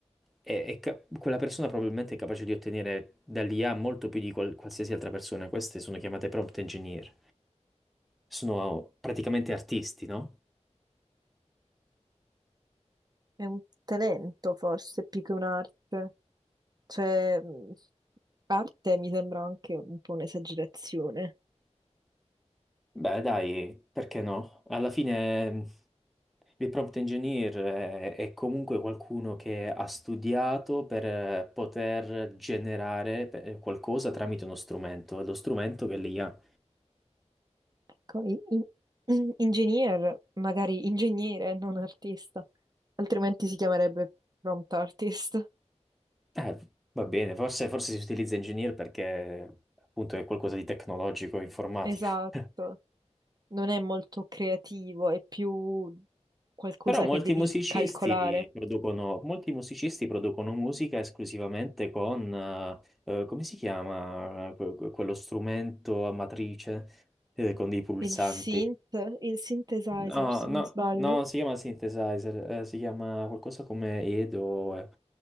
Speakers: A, in the centre; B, on the right (about 35°).
A: è- è ca- quella persona probabilmente è capace di ottenere dall'IA molto più di qual- qualsiasi altra persona. Queste sono chiamate prompt engineer sono praticamente artisti, no?
B: è un talento forse più che un'arte. Cioè, mm, arte mi sembra anche un po' un'esagerazione.
A: Beh, dai, perché no? Alla fine il prompt engineer è, è comunque qualcuno che ha studiato per eh, poter generare eh, qualcosa tramite uno strumento, è lo strumento che lì ha.
B: Ecco, i- i- <clears throat> Engineer, magari ingegnere, non artista, altrimenti si chiamerebbe prompt artist. <laughs>
A: Eh, va bene, forse, forse si utilizza engineer perché appunto è qualcosa di tecnologico, informatico.
B: Esatto,
A: <laughs>
B: non è molto creativo, è più qualcosa
A: Però molti
B: che devi
A: musicisti
B: calcolare.
A: producono, molti musicisti producono musica esclusivamente con, eh, eh, come si chiama, eh, que- que- quello strumento a matrice, eh, con dei pulsanti.
B: Il synth, il synthesizer,
A: No,
B: se
A: no, no,
B: non sbaglio,
A: non si chiama synthesizer, eh, si chiama qualcosa come Edo. eh.